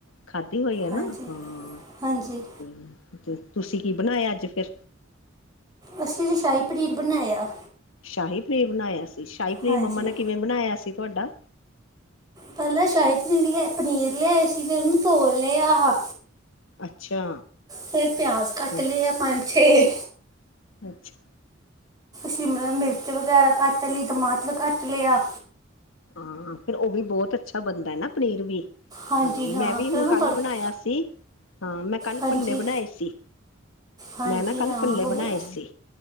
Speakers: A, on the left; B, on the right.
A: ਖਾਧੀ ਹੋਈ ਹੈ ਨਾ
B: ਹਾਂਜੀ
A: ਹਾਂ
B: ਹਾਂਜੀ
A: ਤੇ ਤੇ ਤੁਸੀਂ ਕੀ ਬਣਾਇਆ ਅੱਜ ਫਿਰ
B: ਅੱਸੀਂ ਅਜੇ ਸ਼ਾਹੀ ਪਨੀਰ ਬਣਾਇਆ
A: ਸ਼ਾਹੀ ਪਨੀਰ ਬਣਾਇਆ ਸੀ ਸ਼ਾਹੀ ਪਨੀਰ
B: ਹਾਂਜੀ
A: ਮੰਮਾ ਨੇ ਕਿਵੇਂ ਬਣਾਇਆ ਸੀ ਤੁਹਾਡਾ
B: ਪਹਿਲਾਂ ਸ਼ਾਹੀ ਪਨੀਰ ਲਿਆ ਪਨੀਰ ਲਿਆਏ ਸੀ ਫਿਰ ਉਹਨੂੰ ਤੋਲ ਲਿਆ
A: ਅੱਛਾ
B: ਫਿਰ ਪਿਆਜ ਕੱਟ
A: ਤੇ
B: ਲਏ ਆ ਪੰਜ ਛੇ
A: ਅੱਛਾ
B: ਸ਼ਿਮਲਾ ਮਿਰਚ ਵਗੈਰਾ ਕੱਟ ਲਈ ਟਮਾਟਰ ਕੱਟ ਲਿਆ
A: ਹਾਂ ਫਿਰ ਉਹ ਵੀ ਬਹੁਤ ਅੱਛਾ ਬਣਦਾ ਹੈ ਨਾ ਪਨੀਰ ਵੀ
B: ਹਾਂਜੀ
A: ਹਾਂ ਮੈਂ ਵੀ
B: ਫਿਰ
A: ਹੁਣ
B: ਉਹਨੂੰ
A: ਕੱਲ
B: ਤੜਕਾ
A: ਬਣਾਇਆ ਸੀ ਹਾਂ ਮੈਂ ਕੱਲ
B: ਹਾਂਜੀ
A: ਪੱਲੇ ਬਣਾਏ ਸੀ
B: ਹਾਂਜੀ
A: ਮੈਂ ਨਾ ਕੱਲ
B: ਹਾਂ
A: ਪੱਲੇ
B: ਹੋ ਗਏ
A: ਬਣਾਏ ਸੀ